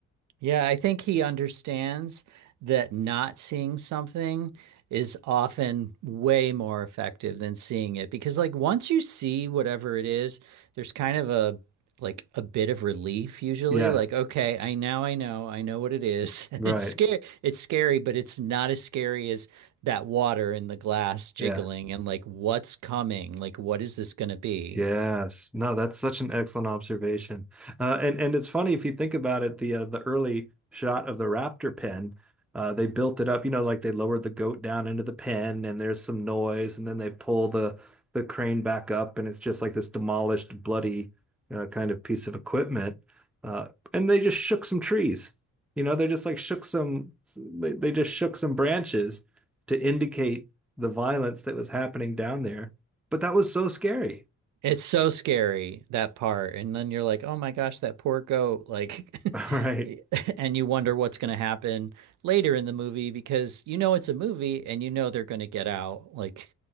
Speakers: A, on the right (about 70°); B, in the centre.
A: Yeah, I think he understands that not seeing something is often way more effective than seeing it because like once you see whatever it is, there's kind of a like a bit of relief usually
B: Yeah,
A: like okay, I now I know, I know what it is. <laughs> And
B: right.
A: it's scary. It's scary, but it's not as scary as that water in the glass jiggling
B: Yeah.
A: and like what's coming? Like what is this going to be?
B: Yes. No, that's such an excellent observation. Uh, and and it's funny if you think about it, the uh, the early shot of the raptor pen, uh, they built it up, you know, like they lowered the goat down into the pen and there's some noise and then they pull the the crane back up and it's just like this demolished, bloody uh, kind of piece of equipment. Uh, and they just shook some trees. You know, they just like shook some they, they just shook some branches to indicate the violence that was happening down there. But that was so scary.
A: It's so scary that part. And then you're like, oh my gosh, that poor goat. Like,
B: <laughs> All right.
A: <laughs> and you wonder what's going to happen later in the movie because you know it's a movie and you know they're going to get out like